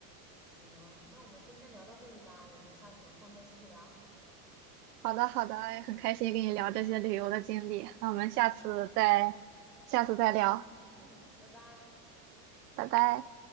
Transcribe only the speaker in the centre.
行，那我们今天先聊到这里吧，我们下次有空再继续聊。
嗯，拜拜。